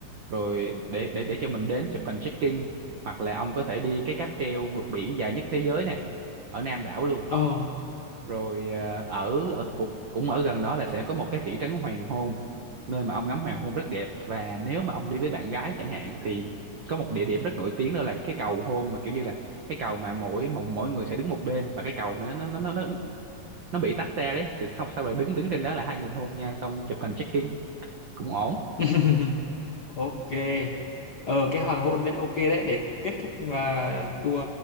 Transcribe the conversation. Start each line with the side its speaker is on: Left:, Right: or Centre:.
Right: rồi để để để cho mình đến chụp hình check-in hoặc là ông có thể đi cái cáp treo vượt biển dài nhất thế giới này ở nam đảo luôn
Left: oh.
Right: rồi à, ở ở cũng cũng ở gần đó là sẽ có một cái thị trấn hoàng hôn nơi mà ông ngắm hoàng hôn rất đẹp và nếu mà ông đi với bạn gái chẳng hạn thì có một địa điểm rất nổi tiếng đó là cái cầu hôn mà kiểu như là cái cầu mà mỗi mỗi, mỗi người sẽ đứng một bên và cái cầu nó nó nó nó nó nó bị tách ra đấy Thì sau sau là đứng đứng trên đó là hai người hôn nhau xong chụp hình check-in cũng ổn
Left: <laughs> ok ờ cái hoàng hôn đến ok đấy để kết thúc à, tour